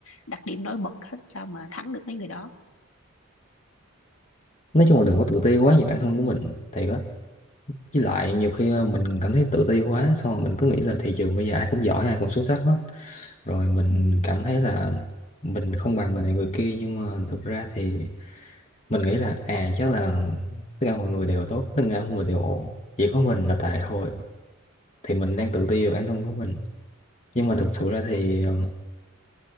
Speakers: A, on the left (about 65°); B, on the left (about 35°).
A: đặc điểm nổi bật hết sao mà thắng được mấy người đó
B: nói chung là đừng có tự ti quá về bản thân của mình thì Với lại nhiều khi ờ, mình cảm thấy tự ti quá xong rồi mình cứ nghĩ là thị trường bây giờ ai cũng giỏi ai cũng xuất sắc hết rồi mình
A: ừ
B: cảm thấy là mình không bằng người này người kia nhưng mà thực ra thì mình nghĩ là à chắc là tất cả mọi người đều tốt tất cả mọi người đều ổn chỉ có mình là tệ thôi thì mình đang tự ti về bản thân của mình nhưng mà thực sự ra thì ờ,